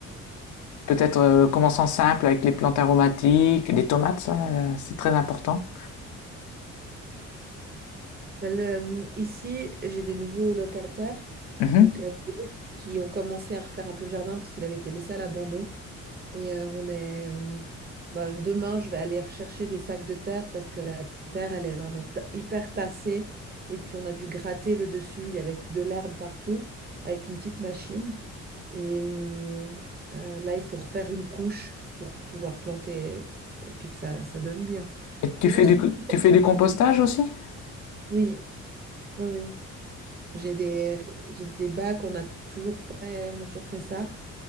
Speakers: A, on the left (about 70°); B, on the right (about 30°).
A: Peut-être euh, commençant simple avec les plantes aromatiques, les tomates, ça euh, c'est très important.
B: Ben, le- ici, j'ai des nouveaux locataires,
A: Mhm.
B: donc euh, c'est eux qui ont commencé à refaire un peu le jardin parce qu'il avait été laissé à l'abandon. Et euh, on est. hum, bah, demain, je vais aller rechercher des sacs de terre parce que la terre, elle est vraiment ta- hyper tassée. Et puis, on a dû gratter le dessus. Il y avait de l'herbe partout avec une petite machine. Et hum, euh, là, il faut refaire une couche pour pouvoir planter et puis que ça, ça donne bien.
A: Et
B: Parce
A: tu fais
B: que ils
A: du,
B: sont super
A: tu fais du compostage
B: cultivés.
A: aussi?
B: Oui, oui, oui. J'ai des, j'ai des bacs, on a toujours fait, on a toujours fait ça.